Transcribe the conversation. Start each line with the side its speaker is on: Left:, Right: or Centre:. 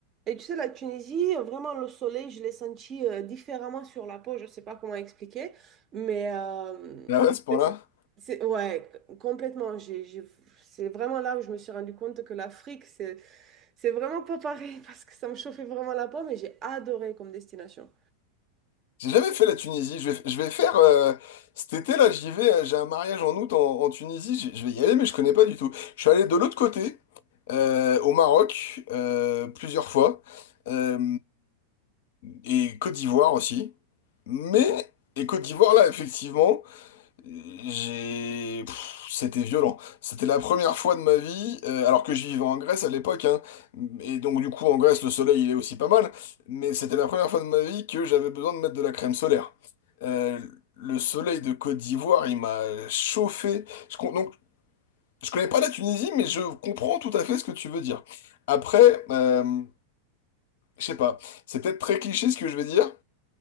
Right: Et tu sais, la Tunisie, euh, vraiment, le soleil, je l'ai senti euh, différemment sur la peau. Je ne sais pas comment expliquer, mais euh,
Left: Ah ouais, à ce point-là?
Right: c'est, c'est- ouais, c- complètement. J'ai, j'ai- c'est vraiment là où je me suis rendu compte que l'Afrique, c'est, c'est vraiment pas pareil <laughs> parce que ça me chauffait vraiment la peau, mais j'ai adoré comme destination.
Left: J'ai jamais fait la Tunisie. Je vais, je vais faire euh, cet été-là, j'y vais. euh, J'ai un mariage en août en, en Tunisie. J'ai- Je vais y aller, mais je connais pas du tout. Je suis allé de l'autre côté, euh, au Maroc, euh, plusieurs fois, euh, et Côte d'Ivoire aussi. Mais et Côte d'Ivoire là, effectivement. J'ai... pff, C'était violent. C'était la première fois de ma vie, euh, alors que je vivais en Grèce à l'époque, hein, et donc du coup en Grèce le soleil il est aussi pas mal, mais c'était la première fois de ma vie que j'avais besoin de mettre de la crème solaire. Euh, le soleil de Côte d'Ivoire il m'a chauffé. Je, con- donc je connais pas la Tunisie, mais je comprends tout à fait ce que tu veux dire. Après, euh, je sais pas, c'est peut-être très cliché ce que je vais dire,